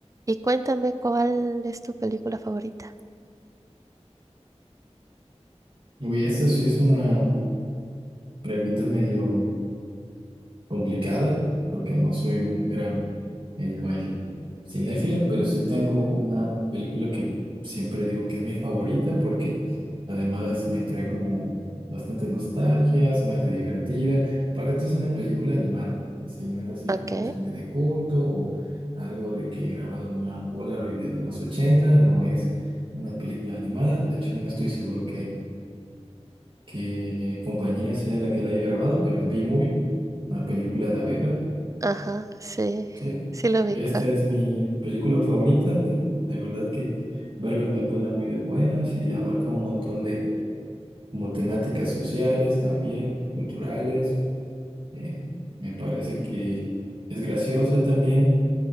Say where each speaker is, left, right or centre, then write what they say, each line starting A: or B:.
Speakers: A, on the right (about 30°); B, on the right (about 45°).
A: Y cuéntame cuál es tu película favorita.
B: Uy, esta sí es una pregunta medio complicada, porque no soy un gran eh, vaya, cinéfilo, pero sí tengo una película que siempre digo que es mi favorita, porque además me trae como bastante nostalgia, se me hace divertida. Para esto es una película animada, si no es así
A: Ok,
B: como cine de culto o algo de que grabado en una Polaroid de los 80 no es una película animada. De hecho, no estoy seguro qué compañía sea la que la haya grabado, pero es B-Movie, una película de abejas.
A: ajá, sí,
B: Sí.
A: sí lo ubica.
B: Esta es mi película favorita, de, de verdad que verla me pone muy de buenas y abarca un montón de como temáticas sociales también, culturales. eh, me parece que es graciosa también.